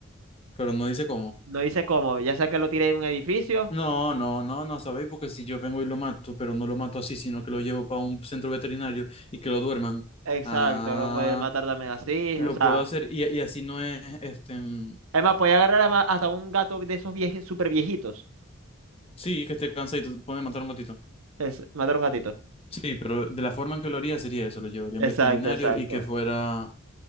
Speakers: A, on the left; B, on the right.
A: pero no dice cómo.
B: No dice cómo, ya sea que lo tire de un edificio.
A: No, no, no, no sabéis, porque si yo vengo y lo mato, pero no lo mato así, sino que lo llevo para un centro veterinario y que lo duerman.
B: Exacto,
A: Ah,
B: lo puede matar también así.
A: lo
B: O sea,
A: puedo hacer y, y así no es, este, mm,
B: además, puede agarrar a ma- hasta un gato de esos vieji- super viejitos.
A: sí, que esté cansadito, puede matar a un gatito.
B: Es matar a un gatito.
A: Sí, pero de la forma en que lo haría sería eso, lo llevaría
B: Exacto,
A: a un veterinario
B: exacto.
A: y que fuera